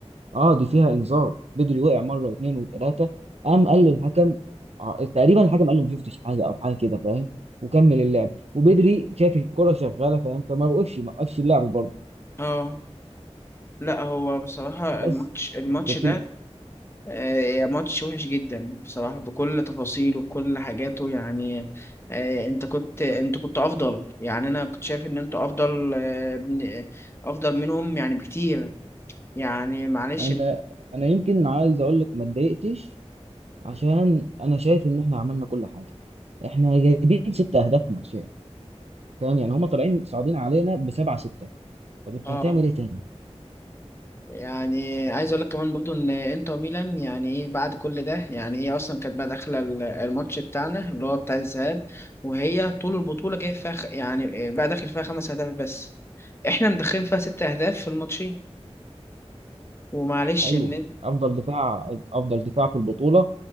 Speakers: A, on the right; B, on the left.
A: اه دي فيها انذار بدري وقع مره واثنين وثلاثه قام قال للحكم ع- تقريبا الحكم قال له ما شفتش حاجه او حاجه كده فاهم وكمل اللعب وبدري شاف الكره شغاله فاهم فما وقفش ما وقفش اللعب برضه
B: اه لا هو بصراحة
A: بس
B: الماتش الماتش
A: لكن
B: ده آه ماتش وحش جدا بصراحة بكل تفاصيله بكل حاجاته يعني آه انت كنت انت كنت افضل يعني انا كنت شايف ان انت افضل آه من- آه، افضل منهم يعني بكتير يعني معلش
A: انا انا يمكن عايز اقول لك ما اتضايقتش عشان انا شايف ان احنا عملنا كل حاجه احنا جايبين ست اهداف في ماتشين فاهم يعني هم طالعين صاعدين علينا بسبعة ستة طب انت
B: اه
A: هتعمل ايه تاني
B: يعني عايز اقول لك كمان برضو ان انتر ميلان يعني ايه بعد كل ده يعني هي اصلا كانت بقى داخله ال- الماتش بتاعنا اللي هو بتاع الذهاب وهي طول البطوله جايه فيها خ... يعني بقى داخل فيها خمس اهداف بس احنا مدخلين فيها ست اهداف في الماتشين ومعلش
A: ايوه
B: ان انت
A: افضل دفاع افضل دفاع في البطولة